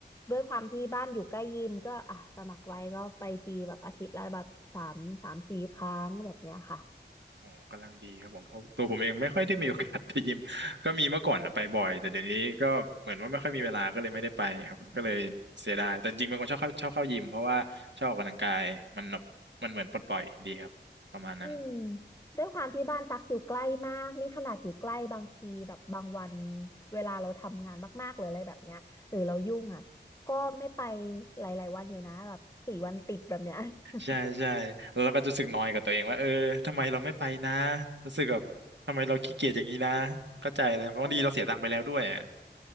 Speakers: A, on the left; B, on the right.
A: ด้วยความที่บ้านอยู่ใกล้ยิมก็อ่ะสมัครไว้ก็ไปทีแบบอาทิตย์ละแบบสามสามสี่ครั้งแบบเนี้ยค่ะ
B: อ๋อกำลังดีครับผมเพราะตัวผมเองไม่ค่อยได้มีโอกาสไปยิม <laughs> ก็มีเมื่อก่อนนะไปบ่อย แต่เดี๋ยวนี้ก็เหมือนว่าไม่ค่อยมีเวลาก็เลยไม่ได้ไปครับ ก็เลยเสียดายแต่จริงๆเป็นคนชอบเข้าชอบเข้ายิมเพราะว่าชอบออกกำลังกายมันแบบมันเหมือนปลดปล่อยดีครับประมาณนั้น
A: อืมด้วยความที่บ้านตักอยู่ใกล้มากนี่ขนาดอยู่ใกล้บางทีแบบบางวันเวลาเราทำงานมากๆหรืออะไรแบบเนี้ยหรือเรายุ่งอ่ะก็ไม่ไปหลายๆวันอยู่นะแบบสี่วันติดแบบเนี้ย
B: ใช่ใช่แล้วเราก็จะรู้สึกนอยกับตัวเองว่าเออทำไมเราไม่ไปนะ
A: <laughs>
B: รู้สึกแบบทำไมเราขี้เกียจอย่างนี้นะเข้าใจแล้วบางทีเราเสียตังค์ไปแล้วด้วยอ่ะ
A: ใช่